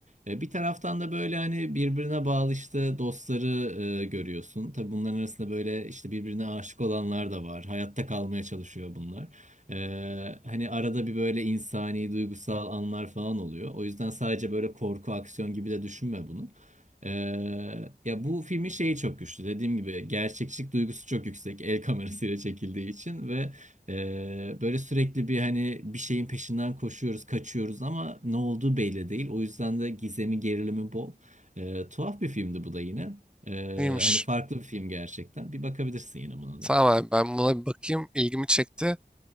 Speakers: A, on the right (about 45°); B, in the centre.
A: E, Bir taraftan da böyle hani birbirine bağlı işte dostları e, görüyorsun. Tabii bunların arasında böyle işte birbirine aşık olanlar da var. Hayatta kalmaya çalışıyor bunlar. E, hani arada bir böyle insani, duygusal anlar falan oluyor. O yüzden sadece böyle korku, aksiyon gibi de düşünme bunu. E, ya bu filmin şeyi çok güçlü. Dediğim gibi gerçekçilik duygusu çok yüksek. El kamerasıyla çekildiği için ve ee, böyle sürekli bir hani bir şeyin peşinden koşuyoruz, kaçıyoruz ama ne olduğu belli değil. O yüzden de gizemi, gerilimi bol. Ee, tuhaf bir filmdi bu da yine. Ee,
B: İyiymiş.
A: hani farklı bir film gerçekten. Bir bakabilirsin yine buna
B: Tamam
A: da.
B: abi ben buna bir bakayım. İlgimi çekti.